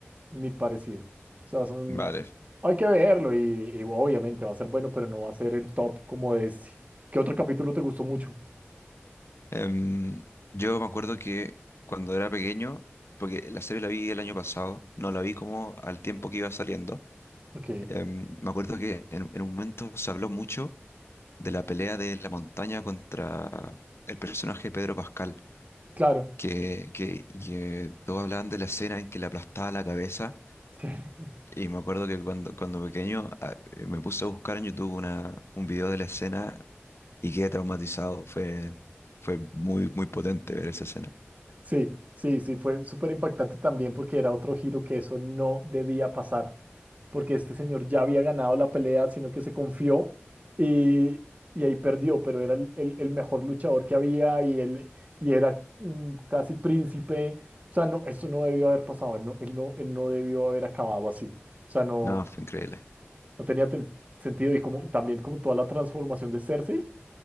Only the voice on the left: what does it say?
Vale.
Em, yo me acuerdo que cuando era pequeño, porque la serie la vi el año pasado, no la vi como al tiempo que iba saliendo.
Em, me acuerdo que en, en un momento se habló mucho de la pelea de la montaña contra el personaje de Pedro Pascal,
que, que y, eh, todos hablaban de la escena en que le aplastaba la cabeza.
Y me acuerdo que cuando, cuando pequeño ah, eh, me puse a buscar en YouTube una, un video de la escena y quedé traumatizado. Fue, fue muy, muy potente ver esa escena.
No, fue increíble.